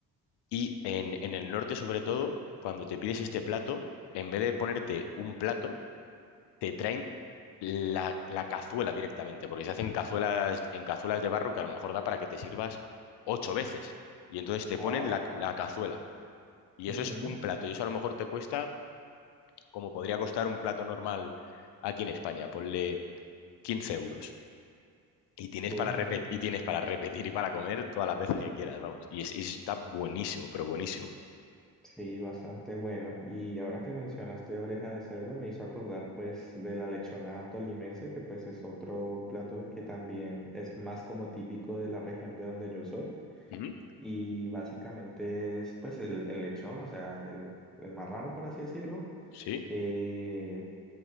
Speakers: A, on the left; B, in the centre.
A: Y en, en el norte, sobre todo, cuando te pides este plato, en vez de ponerte un plato, te traen la, la cazuela directamente, porque se hacen cazuelas, en cazuelas de barro que a lo mejor da para que te sirvas ocho veces. Y entonces te
B: Wow.
A: ponen la, la cazuela. Y
B: Ujú,
A: eso es un plato. Y eso a lo mejor te cuesta, como podría costar un plato normal aquí en España, ponle 15 euros. Y tienes
B: Uy,
A: para repetir,
B: no.
A: y tienes para repetir y para comer todas las veces que quieras, vamos. Y, es- y está buenísimo, pero buenísimo.
B: Sí, bastante bueno. Y ahora que mencionaste oreja de cerdo, me hizo acordar pues de la lechona tolimense, que pues es otro plato que también es más como típico de la región de donde yo soy.
A: ¿Mm?
B: y básicamente es pues el, el lechón, o sea, el, el marrano por así decirlo.
A: ¿Sí?
B: Eh,